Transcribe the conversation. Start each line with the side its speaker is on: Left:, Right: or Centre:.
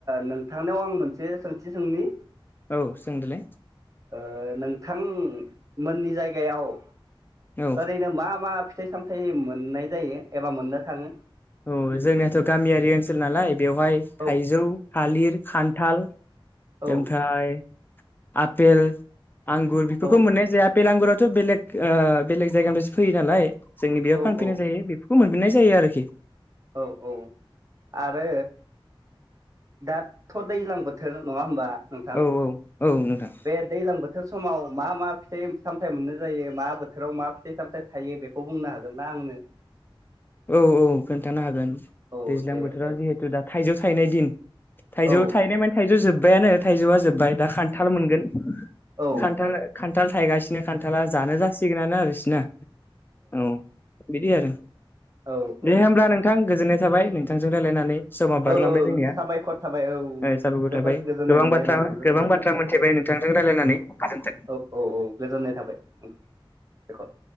Right: नोंथांनियाव आं मोन से सोंथि सोंनि?
Left: औ सोंदोलाय।
Right: ओ नोंथां मोननि जायगायाव
Left: औ
Right: ओरैनो मा मा फिथाइ सामथाय मोननाय जायो एबा मोननो थाङो?
Left: औ जोंनियाथ' गामियारि ओनसोल नालाय बेवहाय थाइजौ
Right: औ
Left: थालिर, खान्थाल
Right: औ
Left: ओमफ्राय आपेल आंगुर बेफोरखौ
Right: औ
Left: मोननाय जाया। आपेल आंगुराथ' बेलेग ओ बेलेग जायगानिफ्रायसो फैयो नालाय। जोंनि बेयाव
Right: औ
Left: फानफैनाय
Right: औ
Left: जायो बेफोर फोमोनफिननाय जायो आरोखि।
Right: औ औ आरो दा थ' दैलां बोथोर नङा होमबा? नोंथां
Left: औ औ नोंथां
Right: बे दैलां बोथोर समाव मा मा फिथाइ सामथाइ मोननाय जायो मा बोथोराव मा फिथाइ सामथाइ थायो बेखौ बुंनो हागोन ना आंनो?
Left: औ औ। खोन्थानो हागोन
Right: औ
Left: दैज्लां
Right: दे
Left: बोथोराव
Right: दे
Left: जेहेथु दा थाइजौ थायनाय दिन थाइजौ
Right: औ
Left: थायनाय माने थाइजौ जोब जोबबायानो थाइजौआ जोबबाय दा खान्थाल मोनगोन।
Right: औ
Left: खानथाल खान खान्थाल थायगासिनो खान्थाला जानो जासिगोनानो आरो बिसिना। औ बिदि आरो।
Right: औ
Left: दे
Right: औ
Left: होमब्ला नोंथां। गोजोननाय थाबाय नोंथांजों रायलायनानै। समा बारलांबाय
Right: औ
Left: जोंनिया
Right: साबायखर थाबाय औ
Left: साबायखर
Right: जोबोद
Left: थाबाय
Right: गोजोननाय
Left: गोबां
Right: मोनबाय
Left: बाथ्रा
Right: नोंथांजों
Left: गोबां
Right: रायलायनानै
Left: बाथ्रा मोनथिबाय नोंथांजों रायलायनानै गोजोनथों
Right: औ औ औ गोजोननाय थाबाय साबायखर।